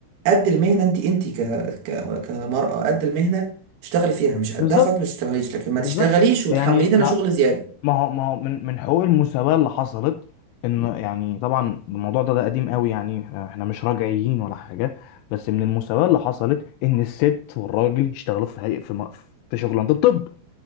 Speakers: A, on the right; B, on the left.
A: قد المهنة انت انت ك... ك... كمرأة قد المهنة اشتغلي فيها مش قدها
B: بالظبط
A: خلاص ما تشتغليش لكن ما
B: بالظبط
A: تشتغليش وتحمليني
B: يعني
A: انا
B: ما
A: شغل زيادة
B: هو ما هو من من حقوق المساواة اللي حصلت ان يعني طبعا الموضوع ده ده قديم قوي يعني احنا إحنا مش رجعيين ولا حاجة بس من المساواة اللي حصلت ان الست والراجل يشتغلوا في هيئة في م- في شغلانة الطب